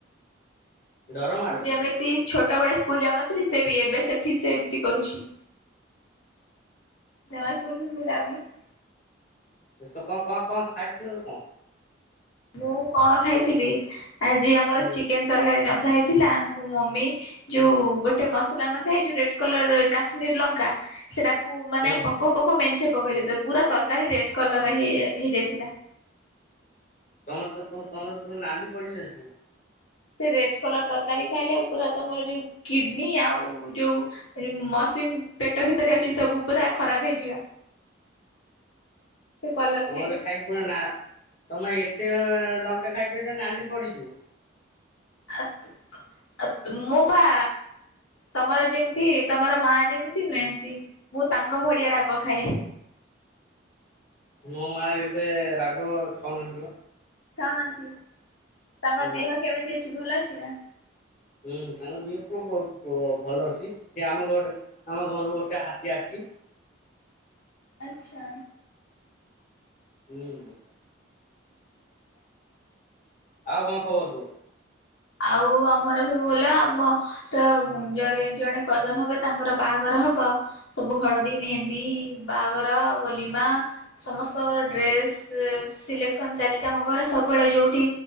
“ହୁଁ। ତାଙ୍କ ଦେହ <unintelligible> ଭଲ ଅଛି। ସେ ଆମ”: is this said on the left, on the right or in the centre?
Left